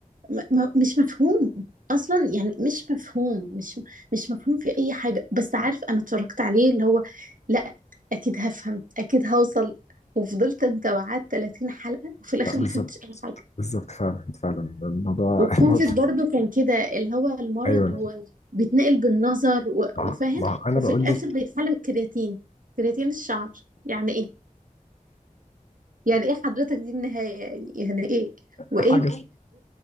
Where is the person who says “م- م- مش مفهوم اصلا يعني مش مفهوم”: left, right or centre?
Right